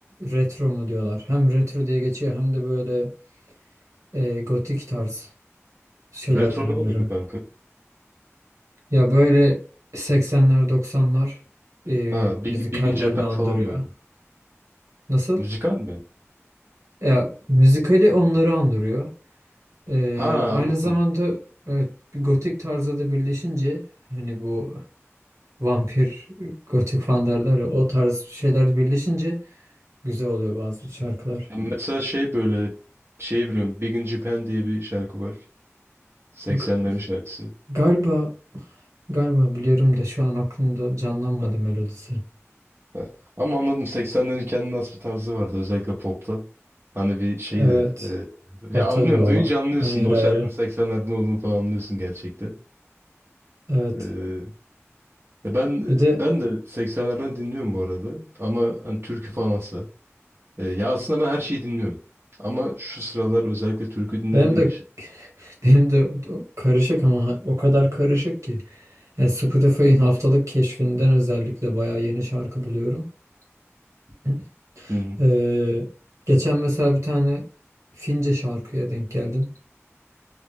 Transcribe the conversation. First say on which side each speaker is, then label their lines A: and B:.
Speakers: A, on the right; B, on the right.
A: retro mu diyorlar. Hem retro diye geçiyor hem de böyle e, gotik tarz şeyler
B: Retro
A: dinliyorum.
B: ne oluyor kanka?
A: Ya böyle 80'ler 90'lar e,
B: Ha, Big,
A: müzikallerini
B: Big in Japan
A: andırıyor.
B: falan böyle.
A: Nasıl?
B: Müzikal mi?
A: Ya müzikali onları andırıyor. Ee,
B: Ha
A: aynı
B: anladım.
A: zamanda evet bir gotik tarzda da birleşince hani bu vampir gotik falan derler ya o tarz şeyler de birleşince güzel oluyor bazı şarkılar.
B: Ya mesela şey böyle şey biliyorum. Big in Japan diye bir şarkı var. 80'lerin
A: G-
B: şarkısı.
A: galiba galiba biliyorum da şu an aklımda canlanmadı
B: Ha,
A: melodisi.
B: ha. Ama anladım 80'lerin kendine has bir tarzı vardı özellikle popta. Hani bir şeydi.
A: Evet.
B: e,
A: O
B: ya anlıyorum.
A: tabii o.
B: Duyunca anlıyorsun.
A: Onun yeri
B: O
A: ayrı.
B: şarkının 80'lerden olduğunu falan anlıyorsun gerçekten.
A: Evet.
B: E, E Ben
A: Bir de
B: ben de 80'lerden dinliyorum bu arada ama hani türkü falansa. E, ya aslında ben her şeyi dinliyorum. Ama şu sıralar özellikle türkü dinlediğim
A: benim de
B: için.
A: <laughs> benim de o- karışık ama ha- o kadar karışık ki. Yani Spotify'ın haftalık keşfinden özellikle bayağı yeni şarkı buluyorum. <clears throat>
B: Hı hı.
A: Ee, geçen mesela bir tane Fince şarkıya denk geldim